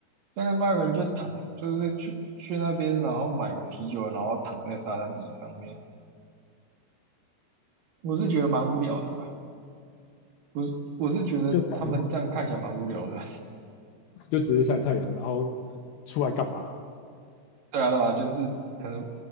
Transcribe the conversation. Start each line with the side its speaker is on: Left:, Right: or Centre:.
Right: 像那国人就躺，就是去去那边，然后买个啤酒，然后躺在沙滩椅上面。我是觉得蛮无聊的啦，我是我是觉得他们这样看起来蛮无聊的。
Left: 就躺 <laughs> 就只是晒太阳，然后出来干嘛？
Right: <laughs> 对啊对啊，就是可能